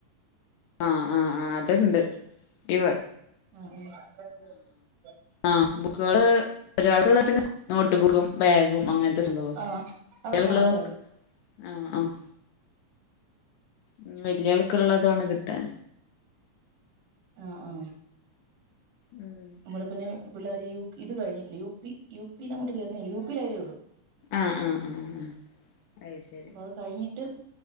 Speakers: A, on the left; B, on the right.
A: ആഹ് ആഹ്ആഹ് അത്ണ്ട് ഇവ
B: ആഹ് ആഹ് <unintelligible>
A: ആഹ് ബുക്കുകള് ഒരാൾക്ക്ള്ളെ പിന്നെ നോട്ട്ബുക്കും ബാഗും അങ്ങൻത്തെ സംഭവം.
B: ആ
A: കുട്ടികൾക്കുള്ളതൊക്കെ
B: അതൊക്കെ വാങ്ങ്ച്ചാതി.
A: ആഹ് അഹ് ഇഞ്ഞ് വല്യ ആൾക്ക്ള്ളതാണ് കിട്ടാൻ.
B: ആഹ് ആഹ്
A: ഉം
B: നമ്മള് പിന്നെ പിള്ളേര് യു ഇത് കഴിഞ്ഞിട്ടില്ല. യു പി യു പി ന്നങ്ങോട്ട് കേറ്ന്നേള്ളൂ. യു പിൽ അയേയുള്ളൂ.
A: ആഹ് ആഹ് ആഹ് ആഹ് അഹ് ശരി
B: അപ്പൊ അത് കഴിഞ്ഞിട്ട്